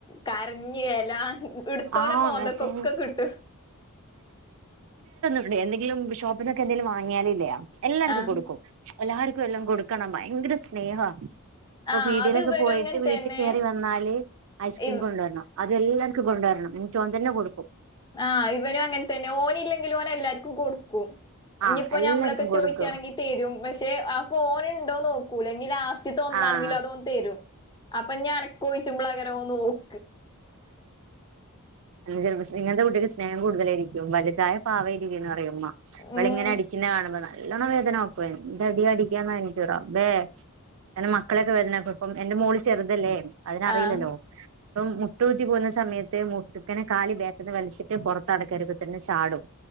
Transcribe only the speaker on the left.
കര ഞ്ഞ് എല്ലാം ഇവിടുത്തോലെ
മോന്തക്കൊക്കെ
കിട്ടും.
ആഹ്
ആഹ്
അത് ഇവനും
അങ്ങനെ
തന്നെ
ഇവ്
ആഹ് ഇവനും അങ്ങൻ തന്നെ ഓനി ല്ലെങ്കിലും ഓന് എല്ലാർക്കും കൊടുക്കും ഇനിപ്പൊ
ഞമ്മള്ക്കെ
ചോയിച്ചാണെങ്കി തരും പഷേ ആ ഫോണ് ഒന്ന് ഒക്കുല്ലാ ഇനി ലാ റ്റ്തൊന്നാണെങ്കിലും
അതോൻ തരും അപ്പൊ ഞാനൊക്കോയിച്ചുമ്പള അങ്ങനെ ആങ്ങ് പോവും
ഉം
ആഹ്